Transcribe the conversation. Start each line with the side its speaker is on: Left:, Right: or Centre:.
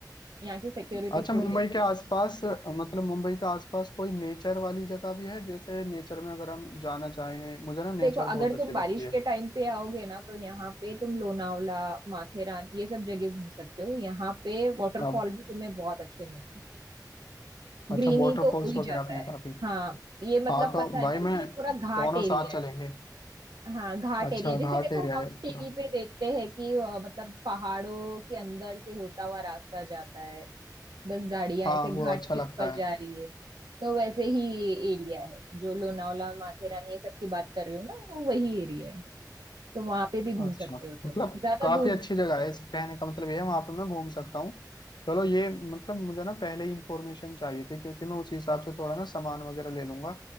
Right: यहाँ की सिक्योरिटी
Left: अच्छा
Right: थोड़ी
Left: मुंबई
Right: अच्छी
Left: के आसपास
Right: है
Left: मतलब मुंबई के आसपास कोई नेचर वाली जगह भी है जैसे नेचर में अगर हम जाना चाहें मुझे ना
Right: देखो
Left: नेचर
Right: अगर
Left: बहुत अच्छी
Right: तुम
Left: लगती
Right: बारिश
Left: है
Right: के टाइम पे आओगे ना तो यहाँ पे तुम लोनावला माथेरान ये सब जगह घूम सकते हो यहाँ पे वाटरफॉल
Left: अब
Right: भी तुम्हें बहुत अच्छे मिलेंगे
Left: अच्छा
Right: ग्रीनरी
Left: वाटरफॉल्स
Right: तो हो ही
Left: वगैरह
Right: जाता
Left: भी हैं
Right: है
Left: काफी
Right: हाँ ये मतलब
Left: हाँ तो
Right: पता है
Left: भाई
Right: ना
Left: मैं
Right: ये पूरा घाट
Left: दोनों
Right: एरिया
Left: साथ चलेंगे
Right: है हाँ घाट
Left: अच्छा
Right: एरिया जैसे
Left: घाट
Right: देखो
Left: एरिया
Right: हम
Left: है
Right: टीवी
Left: पूरा
Right: पे देखते हैं कि अ, मतलब पहाड़ों के अंदर से होता हुआ रास्ता जाता है बस गाड़ियां
Left: हाँ
Right: ऐसे
Left: वो
Right: घाट
Left: अच्छा
Right: के
Left: लगता
Right: ऊपर
Left: है
Right: जा रही है तो वैसे ही एरिया है जो लोनावला माथेरान ये सब की बात कर रही हो ना वो वही एरिया है तो वहां पे भी घूम
Left: अच्छा
Right: सकते हो तुम
Left: मतलब
Right: ज्यादा
Left: काफी
Right: दूर
Left: अच्छी
Right: नहीं
Left: जगह
Right: है
Left: है इस कहने का मतलब ये है वहां पर मैं घूम सकता हूँ चलो ये मतलब मुझे ना पहले ही इंफॉर्मेशन चाहिए थी क्योंकि मैं उसी हिसाब से थोड़ा ना सामान वगैरह ले लूंगा